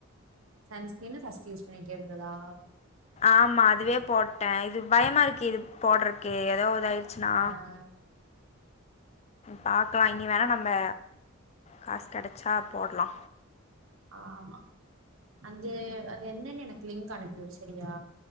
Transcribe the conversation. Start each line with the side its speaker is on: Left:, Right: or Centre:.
Right: சன்ஸ்கிரீனு ஃபர்ஸ்ட் யூஸ் பண்ணிட்டே இருந்ததா
Left: ஆமா அதுவே போட்டே இது பயமா இருக்கு இது போடுறக்கு ஏதோ இதா யி ச்சுனா
Right: ஆ
Left: பாக்கலா இனி வேணா நம்ப காசு கிடைச்சா போடலா
Right: ஆமா அஞ்சு அது என்னன்னு எனக்கு லிங்க் அனுப்பி விடு சரியா